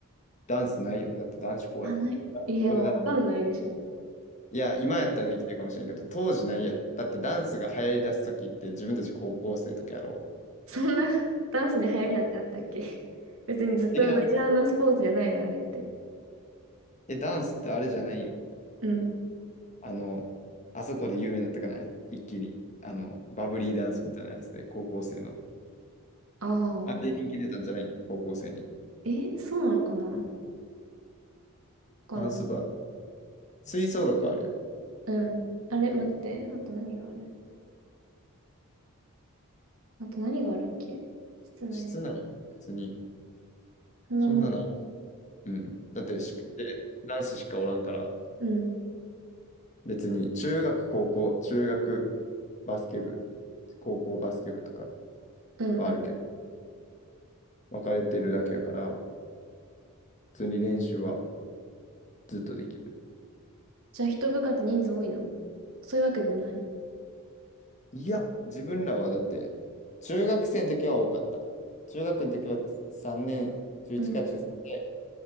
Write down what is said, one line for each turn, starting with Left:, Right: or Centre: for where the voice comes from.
Left: ダンスないよ。だって男子校やもん。
Right: あ、ない。いや、
Left: これだ。
Right: わかんないでしょ。
Left: いや、今やったらできてるかもしれんけど、当時ないやろ。だってダンスが流行り出す時って自分たち高校生の時やろ。
Right: そんなダンスに流行りなんてあったっけ別にずっとメジャーなスポーツじゃないの、
Left: はいえ、なんか、
Right: あれって。
Left: え、ダンスってあれじゃないん
Right: うん。
Left: あの、あそこで有名になったかない一気に。あの、バブリーダンスみたいなやつで、高校生の。
Right: ああ、
Left: あれで人気出たんじゃないん高校生に。
Right: えーそうなのかなわかんない。
Left: ダンス部は。吹奏楽はあるよ。
Right: うん。あれ、待って。あと何があるあと何があるっけ室内の。
Left: 室内、別に。
Right: そんなもん。
Left: そんなない。うん。だってし、で、男子しかおらんから、
Right: うん。
Left: 別に、中学、高校、中学、バスケ部、高校バスケ部とか。
Right: うんうん
Left: はあるけど、分かれてるだけやから、普通に練習はずっとできる。
Right: じゃあ一部活人数多いのそういうわけでもない。
Left: いや、自分らはだって、中学生の時は多かった。中学の時は3年、中1か中3で、
Right: うん。